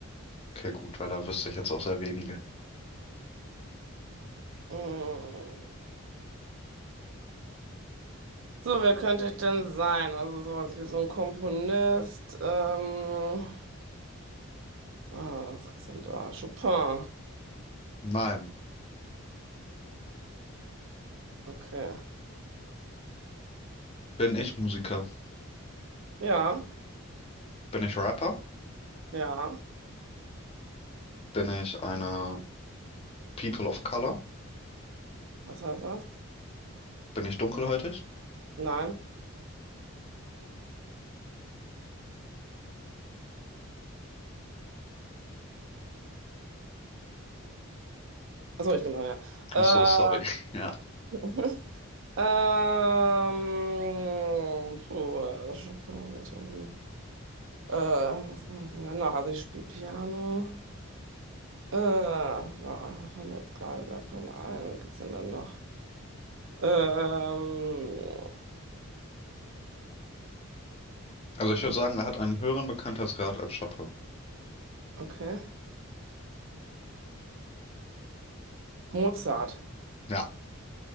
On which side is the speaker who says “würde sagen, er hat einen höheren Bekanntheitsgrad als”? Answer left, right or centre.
Left